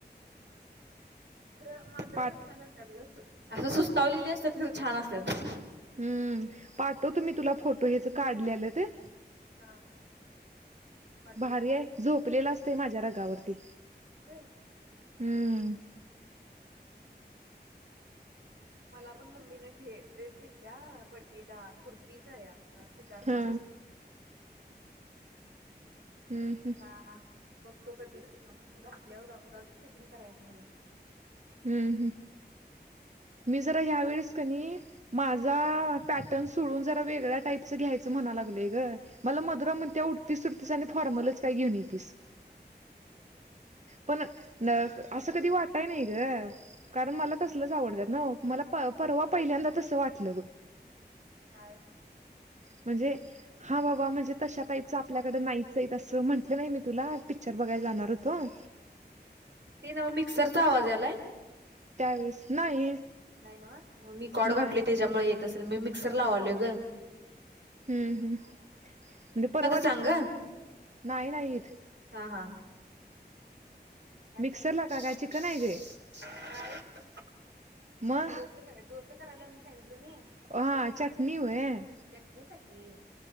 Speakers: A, on the right; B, on the right.
A: खरं मांजरं
B: पाठ
A: पण छान असतात असं सुस्तावलेले असतात खरं छान असतात.
B: हम्म पाठवतुम म्ही तुला फोटो याच काढलेलं ते.
A: हा हा पाटव.
B: भारी आहे झोपलेला असत माझ्या रगावरती
A: हम.
B: हम्म.
A: मला पण मम्मी ड्रेस घेतल्या, बर्थडेला कुर्ती झाया शिकार
B: हा
A: मध
B: हम्म
A: आता
B: हम्म
A: बघतो कधी घातल्यावर अगद अजून फिटिंग करायन मला.
B: हम्म हम् मी जरा ह्या वेळेस का नाही. माझा पॅटर्न सोडून जरा वेगळ्या टाईपचं घ्यायचं म्हणा लागलंय ग. मला मधुरा म्हणते उडतीस उडतीस आणि फॉर्मलच काय घेऊन येेतस. पण न असं कधी वाटय नाही. ग कारण मला तसलच आवडतात न मला परवा पहिल्यांदा तसं वाटलं बग <inaudible>
A: काय?
B: म्हणजे हा बाबा म्हणजे तशा टाईपचं आपल्याकडे नाहीच असं म्हटलं नाही मी तुला पिक्चर बघाय जाणार होती. बर,
A: ते नव्ह मिक्सरचा आवाज यालाय.
B: त्यावेेळेस नाही?
A: नाही नव्ह मी कॉड
B: नाही
A: घातलय त्याच्यामुळे येत असेल मी मिक्सर लावालग
B: हम्म हम्म म्हणजे परवा दिवशी
A: सांग ग
B: नाही नाहीत.
A: हा हा? काय
B: मिक्सरला
A: म्हणालतीस
B: का काय चिकन आहे गे
A: काय ओ
B: मग
A: डोक? काय डोसं करायला म्हणुन सांगितलं मी.
B: हा चटणी व्हय.
A: चटणी साठी?